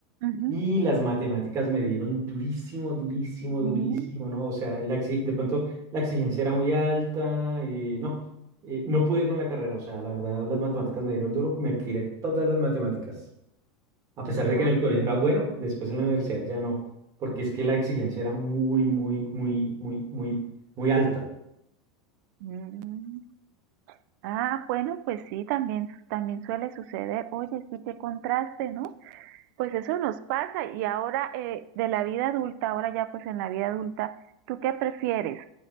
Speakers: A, on the right; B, on the right.
A: Ujú,
B: y las matemáticas me dieron durísimo, durísimo,
A: sí.
B: durísimo, ¿no? O sea, la exi- de pronto la exigencia era muy alta y no. eh, no pude con la carrera, o sea, la verdad las matemáticas me dieron duro, me tiré todas las matemáticas. A pesar de que
A: Ah,
B: en el colegio era bueno, después en la universidad ya no, porque es que la exigencia era muy, muy, muy, muy, muy, muy alta.
A: mm. Ah, bueno, pues sí, también, también suele suceder. Oye, sí, qué contraste, ¿no? Pues eso nos pasa y ahora eh, de la vida adulta, ahora ya pues en la vida adulta, ¿tú qué prefieres?